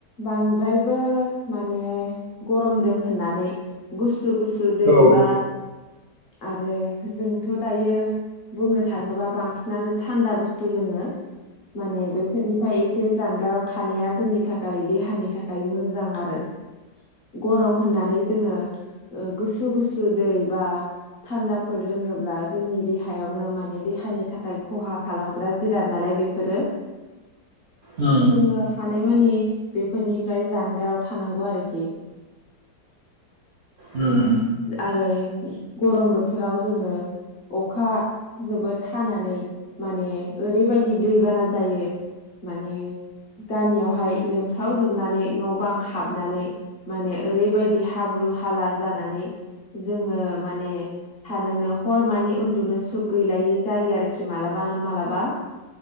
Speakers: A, on the left; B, on the right.
A: बांद्रायबो माने गरम दो होननानै गुसु गुस गुसु
B: औ
A: दै
B: औ
A: बा आरो जोंथ' दायो बुंनो थाङोबा बांसिनानो थान्दा बुस्थु लोङो माने बेफोरनिफ्राय एसे से जानगाराव थानाया जोंनि थाखाय देहानि थाखाय मोजां आरो गरम होननानै जोङो गुसु गुसु दै बा थान्दाफोर लोङोब्ला जोंनि देहायावनो माने देहानि थाखाय खहा खालामग्रा जिराद नालाय बेफोरो
B: उम
A: जोङो थानाय मानि बेफोरनिफ्राय जानगाराव थानांगौ आरोखि
B: उम
A: आरो गरम बोथोराव जोङो अखा जोबोद हानानै माने ओरैबायदि दैबाना जायो माने गामियावहाय लोमसावजोबनानै न' बां हाबनानै माने ओरैबायदि हाब्रु हाला जानानै जोङो माने थानोनो हर मानि उन्दुनो सुख गैलायै जायो आरोखि मालाबा मालाबा